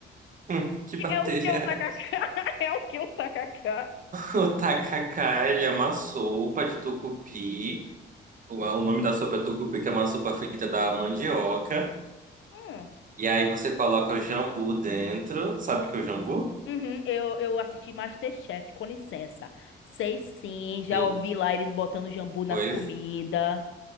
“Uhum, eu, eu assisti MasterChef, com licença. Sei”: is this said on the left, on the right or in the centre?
Left